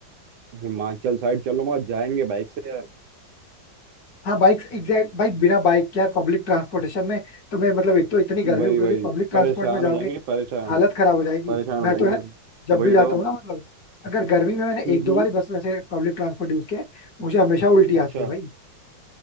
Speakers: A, on the right; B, on the left.
A: हिमाचल साइड चलो वहां जाएंगे बाइक से यार
B: हाँ बाइक एग्जैक्ट भाई बिना बाइक के यार पब्लिक ट्रांसपोर्टेशन में तो मैं मतलब एक तो इतनी गर्मी
A: वही
B: हो रही
A: वही
B: है पब्लिक ट्रांसपोर्ट
A: परेशान
B: में जाओगे
A: हो जाएंगे परेशान
B: हालत खराब हो जाएगी
A: परेशान
B: मैं
A: हो जाएंगे
B: तो यार जब
A: वही
B: भी जाता
A: तो
B: हूँ ना मतलब अगर गर्मी में मैंने
A: हम्म
B: एक दो
A: हम्म
B: बार ही बस वैसे पब्लिक ट्रांसपोर्ट यूज किया है मुझे हमेशा उल्टी
A: अच्छा
B: आती है भाई